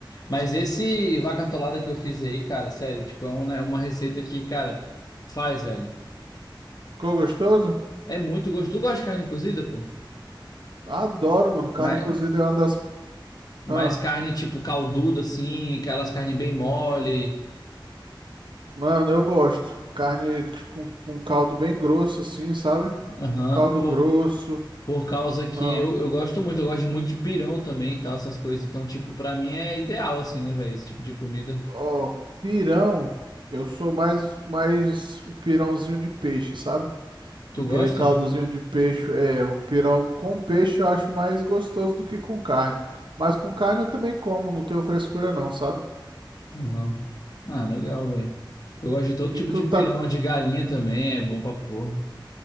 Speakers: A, on the left; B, on the right.
A: Mas esse vaca atolada que eu fiz aí, cara, sério, tipo, é um, né, uma receita que, cara, faz, velho.
B: ficou gostoso?
A: É muito gostoso. Tu gosta de carne cozida, pô?
B: Adoro, mano. Carne
A: Mas,
B: cozida é uma das.
A: mas
B: Ah,
A: carne, tipo, calduda, assim, aquelas carnes bem mole.
B: mano, eu gosto. Carne com, com caldo bem grosso, assim, sabe?
A: Aham.
B: Caldo
A: Por,
B: grosso.
A: por causa que
B: Ah,
A: eu, eu gosto muito, eu gosto muito de pirão também e tal, essas coisas. Então, tipo, pra mim é ideal, assim, né, velho, esse tipo de comida.
B: ó, pirão. Eu sou mais, mais o pirãozinho de peixe, sabe?
A: Tu
B: Aquele
A: gosta?
B: caldozinho de peixe, é, o pirão com peixe eu acho mais gostoso do que com carne. Mas com carne eu também como, não tenho frescura não, sabe?
A: Aham. Ah, legal, velho. Eu gosto de todo tipo
B: E tu
A: de pirão,
B: tá,
A: de galinha também, é bom pra porra.